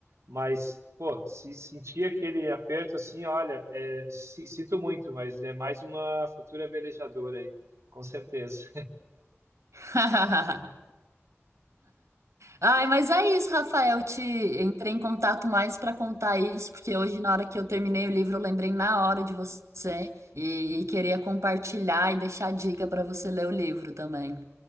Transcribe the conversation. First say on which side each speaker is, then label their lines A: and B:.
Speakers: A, on the right; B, on the right.
A: mas, pô, se sentir aquele aperto assim, olha, é, si- sinto muito, mas é mais uma futura velejadora aí, com certeza.
B: <laughs> Ai, mas é isso, Rafael. Te entrei em contato mais para contar isso, porque hoje, na hora que eu terminei
A: <laughs>
B: o livro, eu lembrei na hora de você e, e queria compartilhar e deixar dica para você ler o livro também.